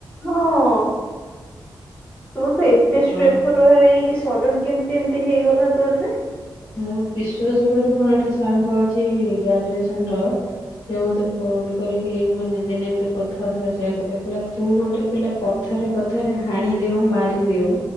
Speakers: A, on the left (about 20°); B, on the left (about 65°).
A: ହଁ ତୁ ତ ଏତେ
B: <unintelligible>
A: <unintelligible> ସଡନ କେମିତି ଏମିତି ହେଇଗଲା ତୋରରେ?
B: ମୁଁ <unintelligible> ମୋର ଗୋଟେ ସାଙ୍ଗ ଅଛି ଗ୍ରାଜୁଏସନ ର ସେିଏ ମୋତେ ଫୋନ କରିକି ମାନେ ଦିନେ ଏମିତି କଥା ହେଉଥିଲା ସେୟାଆ କହିଲା କହିଲା ତୁ ଗୋଟେ ପିଲା କଥାରେ କ <unintelligible> ହାଣିଦଉ ମାରିଦଉ